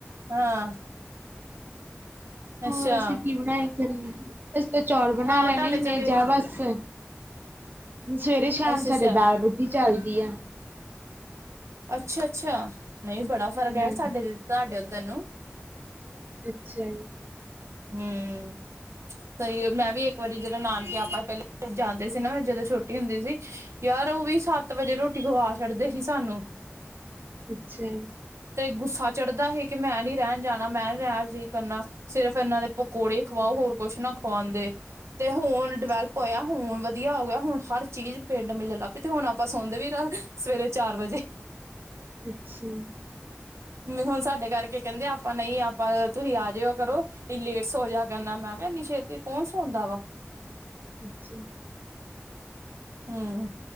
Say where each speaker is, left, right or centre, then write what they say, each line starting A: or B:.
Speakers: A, on the right; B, on the right.
A: ਹਾਂ ਅੱਛਾ
B: ਹੋਰ ਅਸੀਂ ਕੀ ਬਣਾਏ ਕਰੇ ਅਸੀਂ ਤਾਂ ਚੌਲ ਬਣਾ
A: ਹਾਂ
B: ਲੈਣੇ
A: ਤੁਹਾਡੇ
B: ਹੁੰਦੇ
A: ਚ
B: ਹਾਂ
A: ਵੇ
B: ਜਾਂ ਬਸ ਸਵੇਰੇ ਸ਼ਾਮ
A: ਅੱਛਾ ਅੱਛਾ
B: ਸਾਡੇ ਦਾਲ ਰੋਟੀ ਚਲਦੀ ਆ
A: ਅੱਛਾ ਅੱਛਾ ਨਹੀਂ ਬੜਾ ਫ਼ਰਕ ਹੈ
B: ਹਾਂਜੀ
A: ਸਾਡੇ ਤੁਹਾਡੇ ਉੱਧਰ ਨੂੰ
B: ਅੱਛਾ
A: ਹਮ ਸਹੀ ਮੈਂ ਵੀ ਇੱਕ ਵਾਰੀ ਜਦੋਂ ਨਾਨਕੇ ਆਪਾਂ ਪਹਿਲਾਂ ਜਾਂਦੇ ਸੀ ਨਾ ਜਦੋਂ ਛੋਟੀ ਹੁੰਦੀ ਸੀ ਯਾਰ ਉਹ ਵੀ ਸੱਤ ਵਜੇ ਰੋਟੀ ਖਵਾ ਛੱਡਦੇ ਸੀ ਸਾਨੂੰ
B: ਅੱਛਾ
A: ਤੇ ਗੁੱਸਾ ਚੜਦਾ ਸੀ ਕਿ ਮੈਂ ਨੀ ਰਹਿਣ ਜਾਣਾ ਮੈਂ ਨ ਰਹਿਣ ਨਹੀਂ ਕਰਨਾ ਸਿਰਫ ਫਿਰ ਇਹਨਾਂ ਦੇ ਪਕੌੜੇ ਖਵਾਓ ਹੋਰ ਕੁਛ ਨਾ ਖਵਾਉਂਦੇ ਤੇ ਹੁਣ
B: ਅੱਛਾ
A: ਡਿਵੈਲਪ ਹੋਇਆ ਹੁਣ ਵਧੀਆ ਹੋ ਗਿਆ ਹੁਣ ਹਰ ਚੀਜ਼ ਪਿੰਡ ਮਿਲਣ ਲੱਗ ਪਈ ਤੇ ਹੁਣ ਆਪਾਂ ਸੌਣਦੇ ਵੀ ਰ ਸਵੇਰੇ ਚਾਰ ਵਜੇ <inaudible>
B: ਅੱਛਾ <unintelligible>
A: ਹੁਣ ਸਾਡੇ ਕਰਕੇ ਕਹਿੰਦੇ ਆਪਾਂ ਨਹੀਂ ਆਪਾਂ ਤੁਸੀਂ ਆ ਜਾਇਆ ਕਰੋ ਇਹ ਲੇਟ ਸੋ ਜਾ ਕਰਨਾ ਮੈਂ ਕਿਹਾ ਇੰਨੀ ਛੇਤੂ ਕੌਣ ਸੌਂਦਾ ਵਾ
B: ਅੱਛਾ
A: ਹਮ